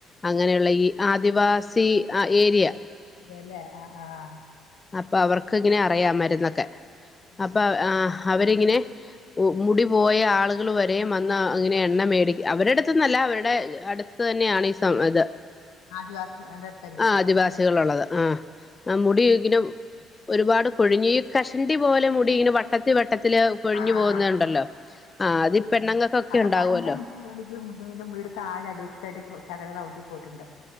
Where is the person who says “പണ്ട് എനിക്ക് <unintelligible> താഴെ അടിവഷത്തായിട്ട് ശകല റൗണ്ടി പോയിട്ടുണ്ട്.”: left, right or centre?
Left